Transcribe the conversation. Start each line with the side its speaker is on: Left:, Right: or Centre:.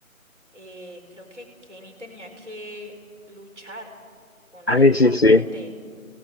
Right: eh, creo que Kenny tenía que luchar con
Left: Ay,
Right: alguien
Left: sí,
Right: a
Left: sí.
Right: muerte.